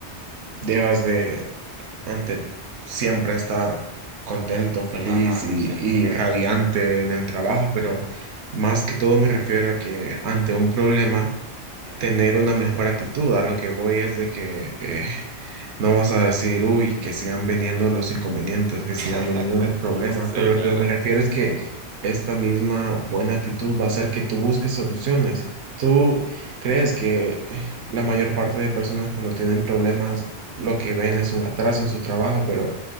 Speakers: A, on the right; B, on the right.
A: debas de, ante siempre estar contento, feliz
B: Ajá,
A: y,
B: siente.
A: y radiante en el trabajo, pero más que todo me refiero a que ante un problema,
B: Ujú.
A: tener una mejor actitud. A lo que voy es de que eh, No vas a decir, uy, que sigan viniendo los inconvenientes, que
B: <laughs>
A: sigan viniendo los problemas,
B: Sí,
A: pero lo
B: claro.
A: que me refiero es que esta misma buena actitud va a hacer que tú busques soluciones. ¿Tú crees que eh, la mayor parte de personas cuando tienen problemas lo que ven es un atraso en su trabajo? Pero